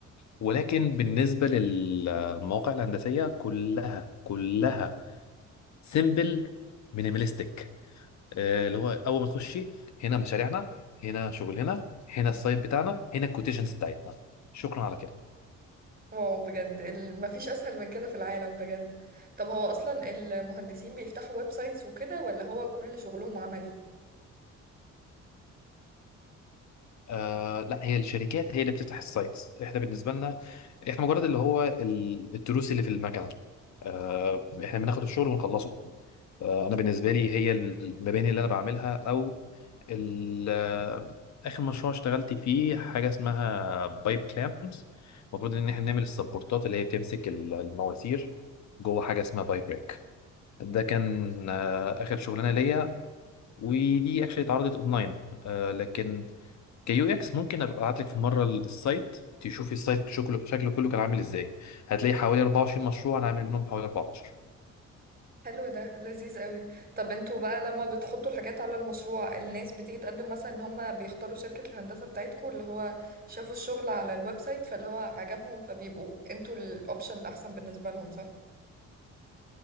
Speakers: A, on the left (about 65°); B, on the right (about 30°).
A: ولكن بالنسبه للمواقع الهندسيه كلها كلها سيمبل مينيماليستيك آه، اللي هو اول ما تخشي هنا مشاريعنا هنا شغلنا هنا السايت بتاعنا هنا الكوتيشنز بتاعتنا شكرا على كده
B: واو بجد ال... مفيش اسهل من كده في العالم بجد طب هو اصلا المهندسين بيفتحوا ويب سايتس وكده ولا هو كل شغلهم عملي
A: آه لا هي الشركات هي اللي بتفتح السايتس احنا بالنسبه لنا احنا مجرد اللي هو ال- التروس اللي في المكنه آه احنا بناخد الشغل ونخلصه آه انا بالنسبه لي هي المباني اللي انا بعملها او ال- آه، اخر مشروع اشتغلت فيه حاجه اسمها بايب كلامز المفروض ان احنا نعمل السبورتات اللي هي بتمسك ال- المواسير جوه حاجه اسمها بايب ريك ده كان آه اخر شغلانه ليا ودي اكشلي اتعرضت اونلاين آه لكن كيو اكس ممكن ابقى ابعت لك في مره السايت تشوفي السايت شكله شكله كله كان عامل ازاي هتلاقي حوالي 24 مشروع انا عامل منهم حوالي 14
B: حلو ده لذيذ قوي طب انتوا بقى لما بتحطوا الحاجات على المشروع الناس بتيجي تقدم مثلا ان هم بيختاروا شركة الهندسة بتاعتكم اللي هو شافوا الشغل على الويب سايت فاللي هو عجبهم فبيبقوا انتوا الاوبشن الاحسن بالنسبة لهم صح